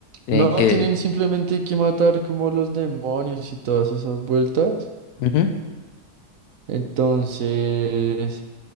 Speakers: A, on the left (about 75°); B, on the right (about 60°).
A: en
B: No,
A: qué...
B: tienen simplemente que matar como los demonios y todas esas vueltas.
A: Ujú,
B: Entonces,